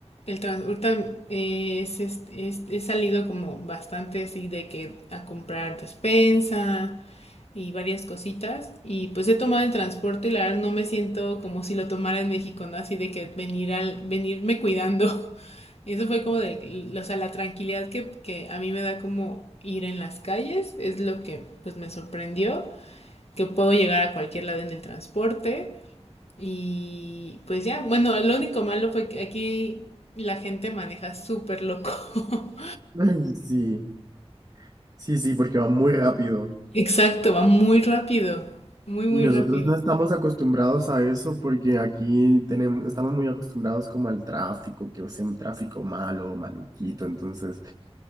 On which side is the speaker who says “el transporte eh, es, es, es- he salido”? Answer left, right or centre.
Left